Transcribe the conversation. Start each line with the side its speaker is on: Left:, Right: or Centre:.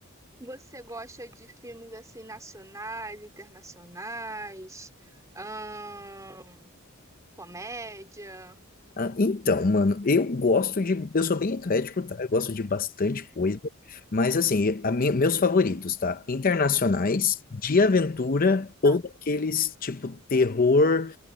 Right: Você gosta de filmes assim nacionais, internacionais, ahn, comédia?
Left: Ah, então, mano, eu gosto de. Eu sou bem eclético, tá? Eu gosto de bastante coisa. Mas, assim, a mi- meus favoritos, tá? Internacionais, de aventura ou
Right: Ah,
Left: daqueles tipo terror.